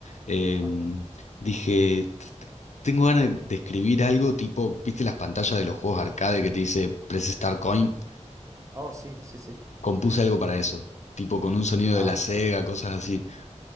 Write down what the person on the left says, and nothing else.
em,
dije, "T- t- tengo ganas de de escribir algo tipo, ¿viste las pantallas de los juegos arcade que te dice Press Start Coin?
Compuse algo para eso, tipo con un sonido
de la Sega, cosas así.